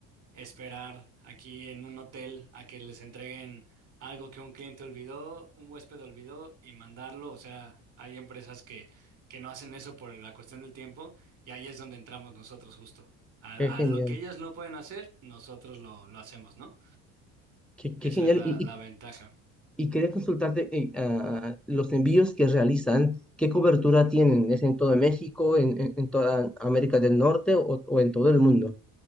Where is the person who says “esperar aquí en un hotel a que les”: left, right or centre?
Right